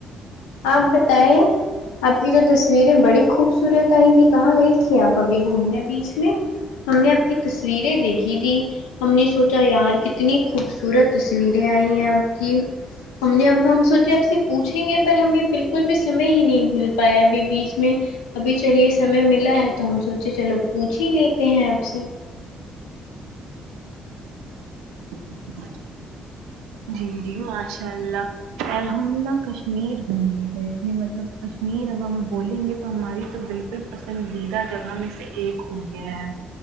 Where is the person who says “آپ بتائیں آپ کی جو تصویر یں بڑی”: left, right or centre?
Left